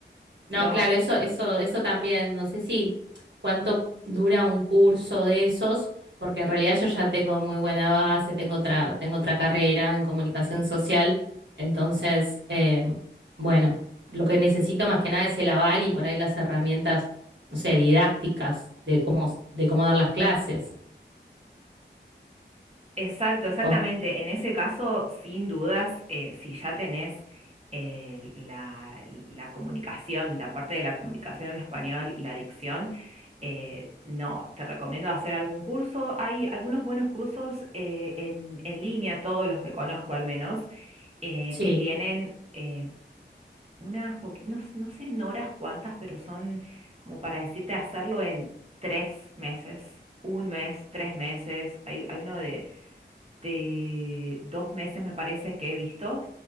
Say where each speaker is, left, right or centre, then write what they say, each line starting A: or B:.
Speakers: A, on the right; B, on the right.
A: No,
B: No, claro, eso, eso, eso también. No sé si cuánto dura un curso de esos, porque en realidad yo ya tengo muy buena base, tengo otra, tengo otra carrera en comunicación social. Entonces, eh, bueno, lo que necesito más que nada es el aval y por ahí las herramientas, no sé, didácticas de cómo, de cómo dar las clases.
A: Exacto, exactamente.
B: Vos-
A: En ese caso, sin dudas, eh, si ya tenés eh, la, la comunicación, la parte de la comunicación en español y la dicción, eh, no, te recomiendo hacer algún curso. Hay algunos buenos cursos eh, en, en línea, todos los que conozco al menos, eh,
B: Sí.
A: que tienen eh, unas poquitas, no, no sé en horas cuántas, pero son como para decirte hacerlo en tres meses, un mes, tres meses. Hay, hay uno de de dos meses, me parece que he visto,